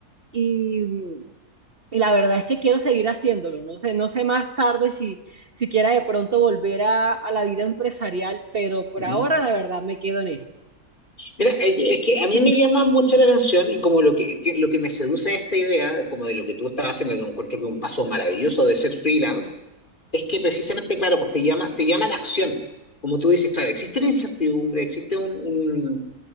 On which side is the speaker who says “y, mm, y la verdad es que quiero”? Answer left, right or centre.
Right